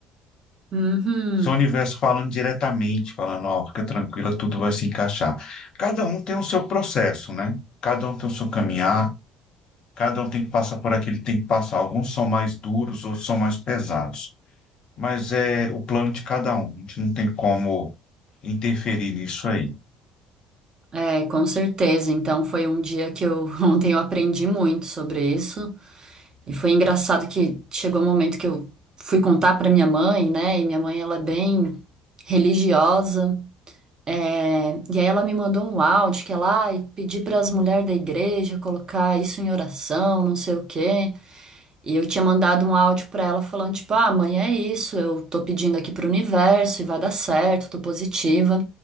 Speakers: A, on the right (about 35°); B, on the left (about 45°).
A: Uhum.
B: Isso é O Universo falando diretamente, falando, ó, fica tranquila, tudo vai se encaixar. Cada um tem o seu processo, né? Cada um tem o seu caminhar, cada um tem que passar por aquele tem que passar. Alguns são mais duros, outros são mais pesados. Mas é o plano de cada um. A gente não tem como interferir nisso aí.
A: É, com certeza. Então foi um dia que eu <laughs> ontem eu aprendi muito sobre isso e foi engraçado que chegou um momento que eu fui contar para minha mãe, né? E minha mãe ela é bem religiosa. É, e aí ela me mandou um áudio que ela ah, pedi para as mulheres da igreja colocar isso em oração, não sei o quê. E eu tinha mandado um áudio pra ela falando, tipo, ah, mãe, é isso, eu tô pedindo aqui pro universo e vai dar certo, tô positiva.